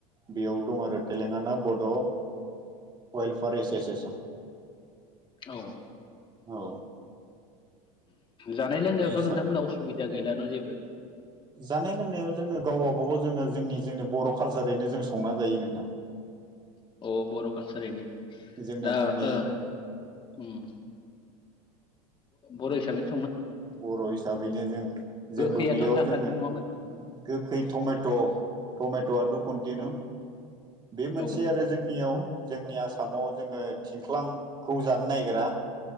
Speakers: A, on the right; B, on the left.
A: बेयाव दं आरो तेलेंगाना बड' अेलफेयार एस'सियेसन
B: औ
A: औ
B: जानाय लोंनायावथ'
A: बे हिसाबै
B: नोंथांमोना उसुबिदा गैलाना' जेबो
A: जानाय लोंनायाव जोङो गाव गाबागावबो जोङो जोंनि बर' कालसारैनो जों संना जायो नोंथां
B: <inaudible> अ बर' कालसारैनो
A: जोंना
B: दा
A: जोंनि
B: ओ उम बर' हिसाबै
A: बर' हिसाबैनो जों जोंबो
B: गोखैयाथ'
A: बेयाव
B: थाथारगोन
A: जोङो
B: नङामोन
A: गोखै टमेट' टमेट'आथ' कन्टिनिउ
B: औ
A: बे मोनसे
B: औ
A: आरो जोंनियाव जोंनि आसामाव जोङो थिंख्लांखौ जानो नागिरा